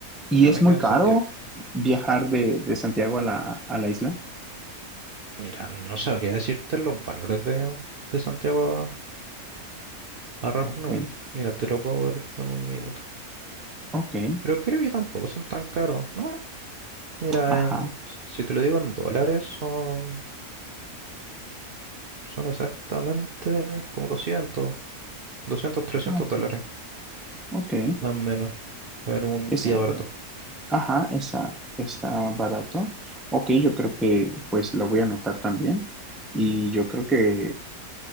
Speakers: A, in the centre; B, on the right.
A: y
B: no
A: es
B: tenga
A: muy caro
B: sentido.
A: viajar de, de Santiago a la, a la isla?
B: Mira, no sabría decirte los valores de, de Santiago a, a Rap
A: Ok,
B: Nui. Mira, te lo puedo ver en un minuto.
A: ok,
B: Pero creo que tampoco son tan caros. No, no. Mira,
A: ajá,
B: en, si te lo digo en dólares, son, son exactamente como 200, 200, 300
A: ah, ok,
B: dólares,
A: ok.
B: más o menos, en un
A: Esa,
B: día barato.
A: ajá, esa está barato. Ok, yo creo que pues la voy a anotar también. Y yo creo que,